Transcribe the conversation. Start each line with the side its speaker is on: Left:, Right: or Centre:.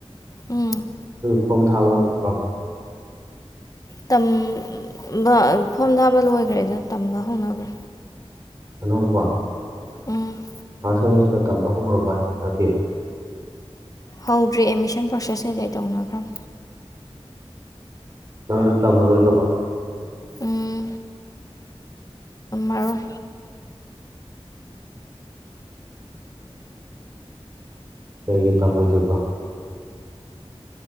Left: ꯎꯝ
Right: ꯑꯗꯨ ꯐꯣꯝ ꯊꯥꯕ ꯍꯧꯈ꯭ꯔꯖꯥꯠꯂꯣ
Left: ꯇꯝꯕ ꯐꯣꯝ ꯊꯥꯕ ꯂꯣꯏꯒ꯭ꯔꯦꯗ ꯇꯝꯕ ꯍꯧꯅꯒ꯭ꯔꯦ
Right: ꯑꯅꯧꯕ
Left: ꯎꯝ
Right: ꯐꯁ ꯁꯦꯃꯤꯁꯇꯔ ꯇꯝꯕ ꯍꯧꯒ꯭ꯔꯕꯣ ꯍꯥꯢꯖꯦ ꯍꯟꯗꯛꯀꯤ
Left: ꯍꯧꯗ꯭ꯔꯤ ꯑꯦꯃꯤꯁꯟ ꯄ꯭ꯔꯣꯁꯦꯁ ꯀꯩꯀꯩ ꯇꯧꯅꯈ꯭ꯔꯝ
Right: ꯅꯪ ꯇꯝꯃꯔꯣꯢꯗꯕ
Left: ꯎꯝ ꯃꯔꯣꯏ
Right: ꯀꯩꯒꯤ ꯇꯝꯃꯣꯏꯗꯣꯏꯕ